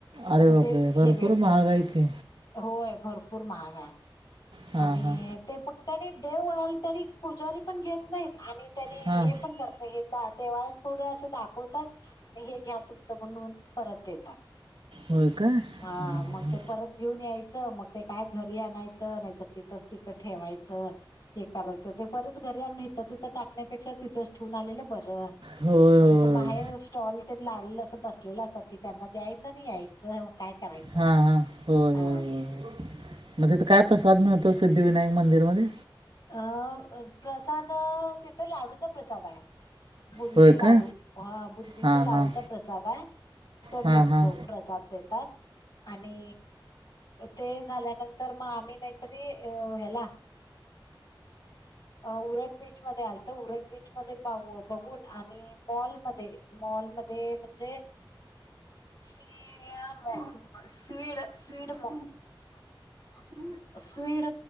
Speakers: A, on the right (about 70°); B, on the left (about 55°).
A: अरे
B: असं
A: बापरे
B: ते
A: भरपूर
B: हे भेटत
A: महाग आहे की
B: होय भरपूर महाग आहे
A: हां
B: आणि
A: हां
B: ते फक त्यांनी देव त्यांनी पुजारी पण घेत नाहीत. आणि त्यांनी
A: हां
B: हे पण करत नाहीत. देवापुढ असं दाखवतात आणि हे घ्या तुमचं म्हणून परत देतात.
A: होय काय ह्ह्ह्ह
B: हा मग ते परत घेऊन यायचं मग ते काय घरी आणायचं नाही. तर तिथच तिथं ठेवायचं हे करायचं ते परत घरी आणून इथं तिथं टाकण्यापेक्षा तिथंच ठे वुन आलेलं बरं
A: होय होय
B: मग तेथ बाहेर
A: होय
B: स्टॉल तेन लावल असत आणी बसलेलं असत कि त्यांना द्यायचं आणि यायचं काय करायचं
A: हां हां होय होय
B: अ
A: होय होय मग तिथ काय प्रसाद मिळतो. सिद्धिविनायक मंदिरमध्ये
B: अ अ प्रसाद तिथं लाडूचा प्रसाद आहे. बुंदी
A: होय
B: लाडू
A: का
B: हा बुंदीचा
A: हां
B: लाडूचा
A: हां
B: प्रसाद आहे. तो भेटतो
A: हां हां
B: प्रसाद देतात. आणि ते झाल्यानंतर मग आम्ही नाहीतरी अ ह्याला <unintelligible> अ उरण बीचमध्ये आलत उरण बीचमध्ये पाहू बघून आणि मॉलमध्ये मॉल मध्ये म्हणजे सयाम स्ड स्वीडम म स्वीड